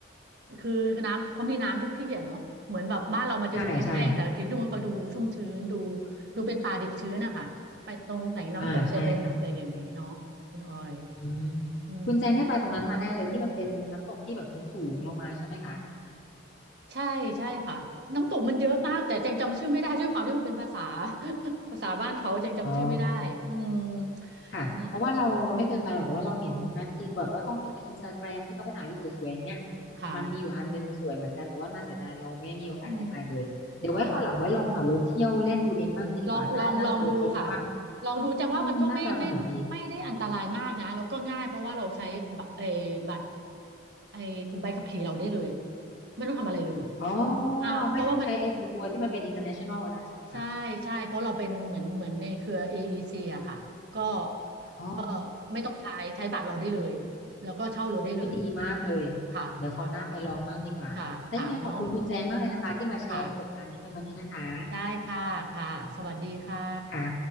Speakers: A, on the right; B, on the left.
A: คือคือน้ำเขามีน้ำทุกที่อ่ะเนาะเหมือนแบบบ้านเรามันจะดูแห้งๆแต่ที่นู่นเขาดูชุ่มชื้นดู
B: ใช่ใช่
A: ดูเป็นป่าดิบชื้นอะค่ะไปตรงไหนน้ำตกเต็มไปหมดเลยอย่างนี้เนาะคุณออย
B: อ่าใช่ค่ะ อืม
A: อืม
B: คุณแจงได้ไปตรงนั้นมาแน่เลยที่มันเป็นน้ำตกที่แบบสูงๆลงมาใช่ไหมคะ
A: ใช่ใช่ค่ะน้ำตกมันเยอะมากแต่จังจำชื่อไม่ได้ด้วยความที่มันเป็นภาษา <laughs> ภาษาบ้านเขาจังจำชื่อไม่ได้อืม
B: อ๋อค่ะเพราะว่าเราเราไม่เคยไปหรอกแต่ว่าเราเห็นนักกินแบบว่าท่องเที่ยวจากอินสตาแกรมที่เขาไปถ่ายรูปสวยๆอย่างเงี้ย
A: นั่นแหละอืมค่ะ
B: มันมีอยู่อันนึงสวยเหมือนกันแต่ว่าน่าเสียดายเราไม่มีโอกาสได้ไปเลยเดี๋ยวไว้คราวหลังไว้ลองขับรถเที่ยวเล่นดูเองมั่งดีกว่าน่าน่าจะโอเคว่า
A: อืมค่ะ ลองลองลองดูค่ะลองดูจังว่ามันก็ไม่ไม่ไม่ได้อันตรายมากนะแล้วก็ง่ายเพราะว่าเราใช้บัตรไอ้บัตร
B: อืมน่าจะสนุกดี
A: ไอ้ตัวใบขับขี่เราได้เลยไม่ต้องทำอะไรเลย
B: อ๋อ
A: อ่าเพราะว่ามัน
B: ไม่ต้องใช้ไอ้บัวที่มันเป็น international อันนั้นใช่ไหมคะ
A: ใช่ใช่เพราะเราเป็นเหมือนเหมือนในเครือ AEC ออีซีอะค่ะก็
B: อ๋อ
A: ก็ไม่ต้องใช้ใช้บัตรเราได้เลยแล้วก็เช่ารถได้เลย
B: วิดีมากเลย
A: ค่ะค่ะ
B: เดี๋ยวเขาวหน้าไปลองมั่งดีกว่า
A: ค่ะค่ะเนาะ
B: ถ้ายังไงขอบคุณคุณแจงมากเลยนะคะที่มาแชร์ประสบการณ์ด้วยกันวันนี้นะคะ
A: ค่ะได้ค่ะค่ะสวัสดีค่ะ
B: ค่ะ